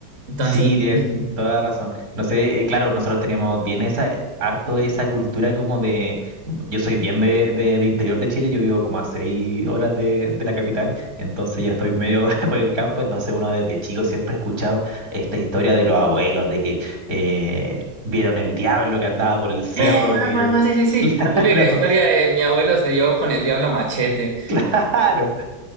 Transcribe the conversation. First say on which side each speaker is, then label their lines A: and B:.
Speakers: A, on the right; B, on the right.
A: Entonces,
B: Sí, tienes
A: sí,
B: toda la razón. No sé, eh, claro, nosotros tenemos bien esa, eh, harto esa cultura como de, yo soy bien de, de, de interior de Chile, yo vivo como a seis horas de, de la capital, entonces ya estoy medio <laughs> por el campo, entonces uno desde chico siempre ha escuchado esta historia de los abuelos, de que eh, vieron el diablo que andaba por el cerro,
A: Epa,
B: que,
A: epa, epa, sí, sí, sí.
B: <laughs>
A: La típica
B: claro,
A: historia de mi abuelo se dio con el diablo a machete.
B: claro.